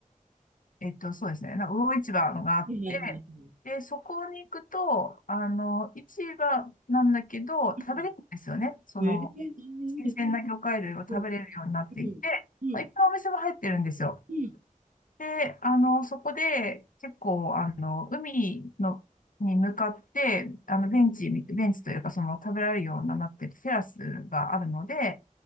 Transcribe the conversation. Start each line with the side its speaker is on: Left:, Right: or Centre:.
Left: えっと、そうですね。なんか魚市場があって、
Right: はいはいはいはい。
Left: で、そこに行くと、あの、市場なんだけど、食べれるんですよね。
Right: うん。
Left: その、
Right: ええ、あ、いいです。
Left: 新鮮な魚介類を食べれるようになっていて、
Right: うん、うん、うん、
Left: まあいっぱいお店が入ってるんですよ。
Right: うん。え
Left: で、あの、そこで、結構、あの、海の、に向かって、あの、ベンチみ、ベンチというか、その、食べられるようになってるテラスがあるので、